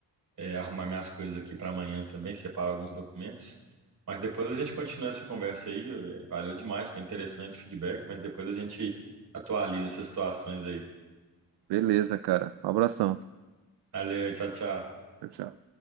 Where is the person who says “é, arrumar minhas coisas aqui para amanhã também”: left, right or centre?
Right